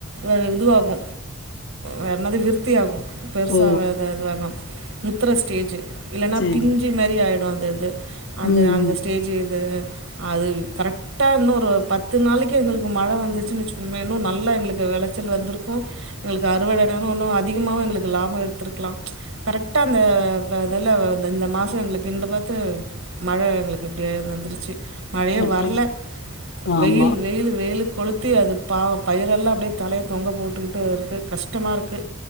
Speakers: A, on the right (about 85°); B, on the left (about 60°).
A: அ இதுவாகு வேறனது விருத்தியாகு பெருசாவது
B: ஓ
A: அது அதா முத்தர ஸ்டேஜ் இல்லைன்னா
B: சேரி
A: பிஞ்சி மாரி ஆகிடும் அந்த இது அந்த
B: ம்
A: அந்த
B: ம்
A: ஸ்டேஜ் இது அது கரெக்டா இன்னும் ஒரு பத்து நாளைக்கு எங்களுக்கு மழ வந்துச்சுன்னு வச்சுக்கோன் இன்னும் நல்லா எங்களுக்கு விளைச்சல் வந்திருக்கும் எங்களுக்கு அறுவடைடும் இன்னும் அதிகம எங்களுக் லாபம் எடுத்துருக்கலாம் கரெக்டாக அந்தில் அந்த வந்து இந்த மாசம் எங்களுக்கு கின் பார்த்து மழ எங்களுக்கு இப்படியது வந்துருச்சு மழையை
B: அப்டின்
A: வரல
B: ஆமா
A: வெயில் வெயில் வெயிலுக் கொளுத்தி அது பாவ பயிரெல்லாம் அப்படியே தலைய தொங்க போட்டுக்கிட்டு இருக்குது கஷ்டமா இருக்கு